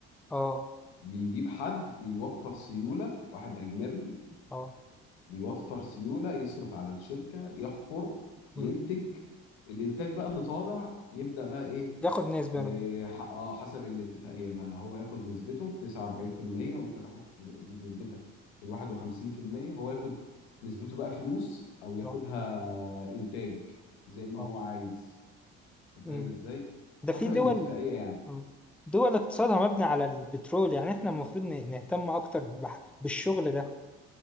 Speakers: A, in the centre; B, on the left.
A: اه
B: بيجيب حد يوفر سيوله واحد اجنبي
A: اه
B: بيوفر سيوله يصرف على الشركه يحفر ينتج
A: مم.
B: الانتاج بقى اللي طالع يبدا بقى ايه
A: ياخد نسبة
B: إيه،
A: منه
B: ح- اه حسب الاتفاقيه بقى هو ياخد نسبته 49% وانت تاخد نسبتك ال 51% هو ياخد نسبته بقى فلوس او ياخدها
A: اه
B: انتاج زي ما
A: اه
B: هو عايز أنت
A: مم.
B: فاهم ازاي
A: ده
B: حسب
A: في دول
B: الاتفاقيه يعني
A: مم. دول اقتصادها مبني على البترول يعني احنا المفروض ن- نهتم أكتر بح- بالشغل ده